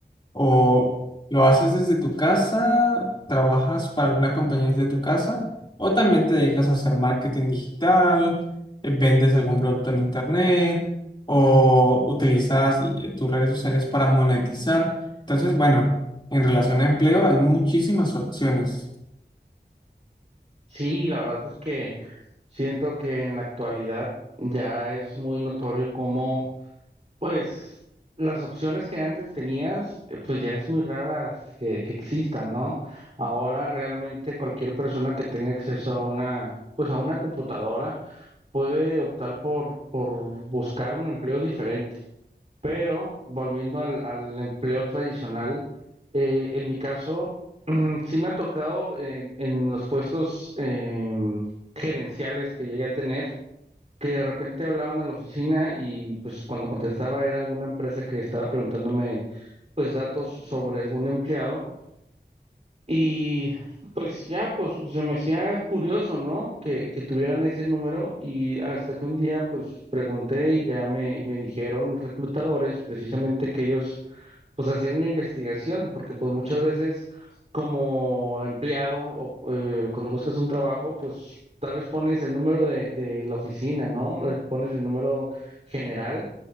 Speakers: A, on the left (about 25°); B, on the right (about 40°).
A: o lo haces desde tu casa, trabajas para alguna compañía desde tu casa, o también te dedicas a hacer marketing digital, eh, vendes algún producto en internet, o utilizas eh, tus redes sociales para monetizar. Entonces, bueno, en relación a empleo hay muchísimas opciones.
B: Sí, la verdad es que Siento que en la actualidad ya es muy notorio cómo, pues, las opciones que antes tenías, eh, pues ya es muy raras que, que existan, ¿no? Ahora realmente cualquier persona que tenga acceso a una, pues a una computadora puede optar por, por buscar un empleo diferente. Pero volviendo al, al empleo tradicional, eh, en mi caso, <clears throat> sí me ha tocado eh, en los puestos em, gerenciales que llegué a tener que de repente hablaban a la oficina y pues cuando contestaba era alguna empresa que estaba preguntándome pues datos sobre algún empleado y pues ya pues se me hacía curioso, ¿no? Que, que tuvieran ese número y hasta que un día pues pregunté y ya me, me dijeron los reclutadores precisamente que ellos pues hacer una investigación, porque pues muchas veces como empleado o eh, cuando buscas un trabajo, pues tal vez pones el número de, de la oficina, ¿no? El- Pones el número general,